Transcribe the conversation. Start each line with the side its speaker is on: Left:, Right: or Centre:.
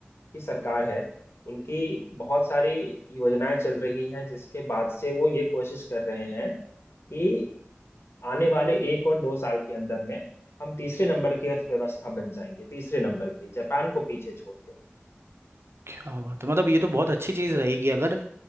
Left: की सरकार है उनकी बहुत सारी योजनाएं चल रही हैं जिसके बाद से वो ये कोशिश कर रहे हैं कि आने वाले एक और दो साल के अंदर में हम तीसरे नंबर की अर्थव्यवस्था बन जाएंगे तीसरे नंबर की जापान को पीछे छोड़ के
Right: <laughs> क्या बात है मतलब ये तो बहुत अच्छी चीज़ रहेगी अगर